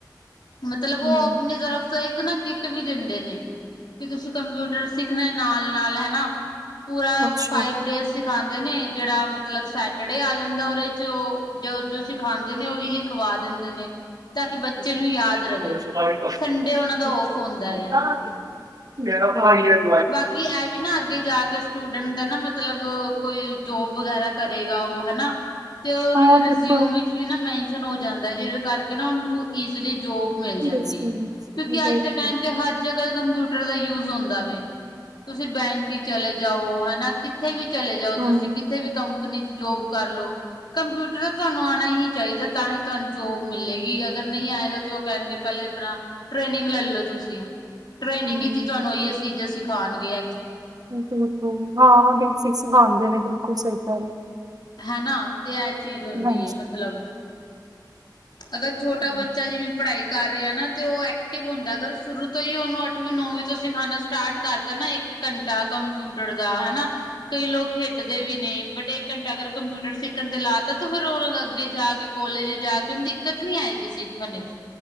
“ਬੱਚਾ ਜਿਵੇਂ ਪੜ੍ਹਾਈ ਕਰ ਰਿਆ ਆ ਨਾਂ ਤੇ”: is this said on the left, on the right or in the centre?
Left